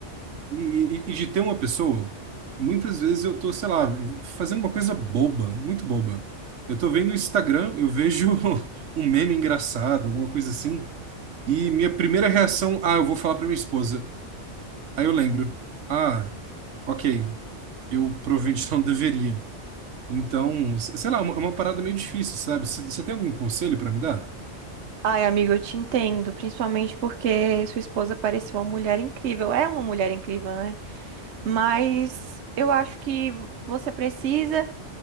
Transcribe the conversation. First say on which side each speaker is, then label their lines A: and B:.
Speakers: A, on the right (about 80°); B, on the right (about 70°).
A: e, e- e de ter uma pessoa, muitas vezes eu tô, sei lá, fazendo uma coisa boba, muito boba. Eu tô vendo o Instagram, eu vejo. <laughs> um meme engraçado, alguma coisa assim. E minha primeira reação, ah, eu vou falar pra minha esposa. Aí eu lembro, ah, ok, eu provavelmente <laughs> não deveria. Então, s- sei lá, é uma é uma parada meio difícil, sabe? Você você tem algum conselho pra me dar?
B: Ai, amigo, eu te entendo, principalmente porque sua esposa parecia uma mulher incrível. É uma mulher incrível, né? Mas eu acho que você precisa